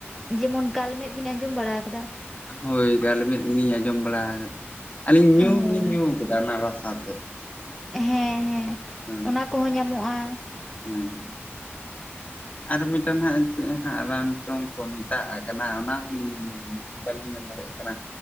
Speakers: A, in the centre; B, on the left.
A: ᱡᱮᱢᱚᱱ ᱠᱟᱞᱢᱮᱫ ᱵᱤᱱ ᱟᱸᱡᱚᱢ ᱵᱟᱲᱟ ᱟᱠᱟᱫᱟ
B: ᱦᱳᱭ ᱠᱟᱞᱢᱮᱫ ᱞᱤᱧ ᱟᱸᱡᱚᱢ ᱵᱟᱲᱟ ᱠᱟᱫᱟ ᱟᱹᱞᱤᱧ
A: ᱦᱳᱭ
B: ᱧᱩ ᱦᱚᱸᱞᱤᱧ ᱧᱩ ᱠᱟᱫᱟ ᱚᱱᱟ ᱨᱟᱥᱟ ᱛᱮᱫ
A: ᱦᱮᱸ ᱦᱮᱸ
B: ᱦᱮᱸ
A: ᱚᱱᱟ ᱠᱚᱦᱚᱸ ᱧᱟᱢᱚᱜᱼᱟ
B: ᱦᱮᱸ ᱟᱨ ᱢᱤᱫᱴᱟᱱ ᱦᱟᱸᱜ ᱪᱮᱫ ᱦᱟᱸᱜ ᱨᱟᱱ ᱪᱚᱝ ᱠᱚ ᱢᱮᱛᱟᱜ ᱠᱟᱱᱟ ᱚᱱᱟ ᱦᱚᱸᱞᱤᱧ ᱵᱟ. ᱞᱤᱧ ᱢᱮᱱ ᱫᱟᱲᱮᱭᱟᱜ ᱠᱟᱱᱟ